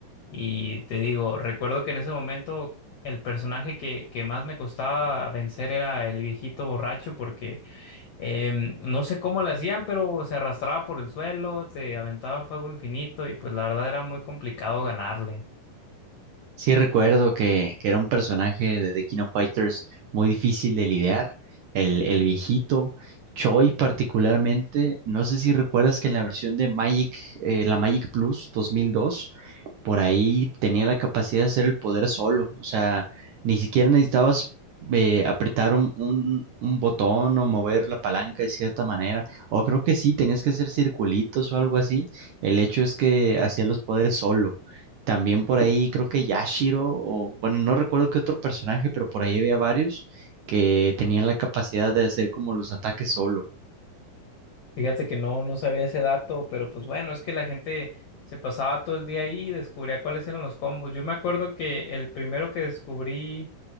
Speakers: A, on the left; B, on the right.
A: y te digo, recuerdo que en ese momento el personaje que, que más me costaba vencer era el viejito borracho porque em, no sé cómo le hacían, pero se arrastraba por el suelo, te aventaba fuego infinito y pues la verdad era muy complicado ganarle.
B: Sí recuerdo que, que era un personaje de The King of Fighters muy difícil de lidiar, el, el viejito, Choi particularmente, no sé si recuerdas que en la versión de Magic, eh, la Magic Plus 2002, por ahí tenía la capacidad de hacer el poder solo, o sea, ni siquiera necesitabas eh, apretar un, un, un botón o mover la palanca de cierta manera, o creo que sí, tenías que hacer circulitos o algo así, el hecho es que hacía los poderes solo. También por ahí creo que Yashiro, o bueno, no recuerdo qué otro personaje, pero por ahí había varios que tenían la capacidad de hacer como los ataques solo.
A: Fíjate que no, no sabía ese dato, pero pues bueno, es que la gente se pasaba todo el día ahí y descubría cuáles eran los combos. Yo me acuerdo que el primero que descubrí